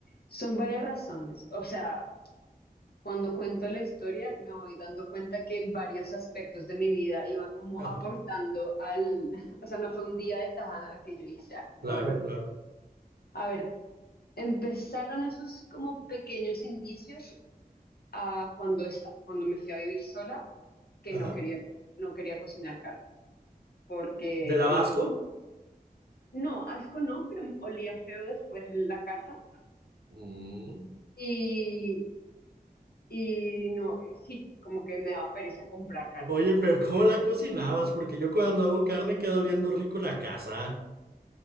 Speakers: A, on the left; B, on the right.
A: Son varias razones. O sea, Cuando cuento la historia, me voy dando cuenta que varios aspectos de mi vida iban como
B: ajá.
A: aportando al, <laughs> o sea, no fue un día de tajada que yo dije, ya, me
B: Claro,
A: voy a volver.
B: claro.
A: A ver, empezaron esos como pequeños indicios a cuando esta- cuando me fui a vivir sola, que
B: Ajá.
A: no quería, no quería cocinar carne, porque
B: ¿Te daba
A: olía,
B: asco?
A: no, asco no, pero olía feo después en la casa
B: Mm.
A: y, y no, sí, como que me daba pereza comprar carne.
B: Oye, pero ¿cómo la cocinabas? Porque yo cuando hago carne queda oliendo rico la casa.